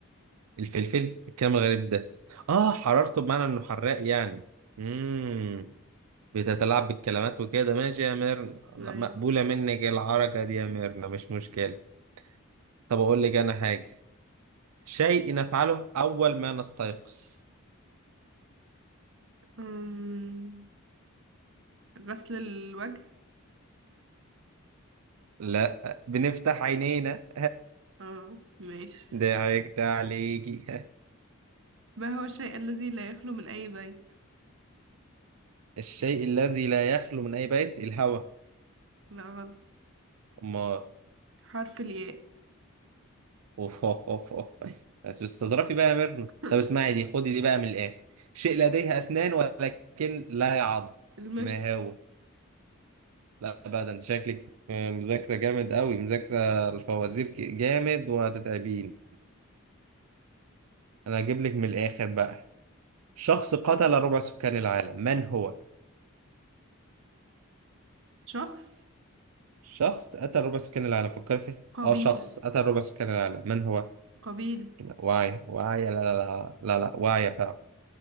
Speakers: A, on the right; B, on the right.
A: الفلفل الكلام الغريب ده آه حرارته بمعنى إنه حراق يعني مم. بتتلاعب بالكلمات وكده ماشي يا ميرنا لأ،
B: أيوة
A: مقبولة منك العركة دي يا ميرنا مش مشكلة طب أقول لك أنا حاجة شيء نفعله أول ما نستيقظ
B: أم، غسل الوجه
A: لا بنفتح عينينا
B: اه ماشي
A: <laughs> ضحكت عليكي
B: ما هو الشيء الذي لا يخلو من أي بيت
A: الشيء الذي لا يخلو من أي بيت الهواء
B: لا غلط
A: أما
B: حرف الياء
A: أوه أوه أوه أوه. تستظرفي <laughs> بقى يا ميرنا
B: <laughs>
A: طب اسمعي دي خدي دي بقى من الآخر شيء لديه أسنان ولكن لا يعض
B: المشط
A: ما هو لا بقى ده انت شكلك مذاكرة جامد قوي مذاكرة الفوازير ك- جامد وهتتعبين أنا هجيب لك من الآخر بقى شخص قتل ربع سكان العالم من هو؟
B: شخص
A: شخص أتى ربع سكان العالم فكر فيه
B: قبيل
A: اه شخص أتى ربع سكان العالم من هو
B: قبيل
A: واعية واعية لا لا لا لا لا واعية فعلا